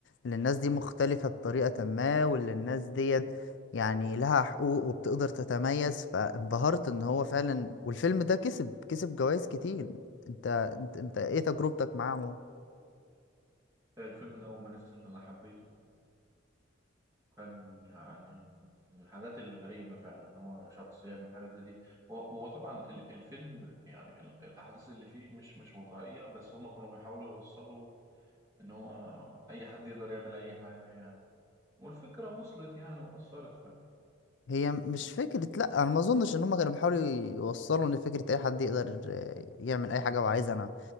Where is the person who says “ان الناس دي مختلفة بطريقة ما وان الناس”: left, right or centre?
Left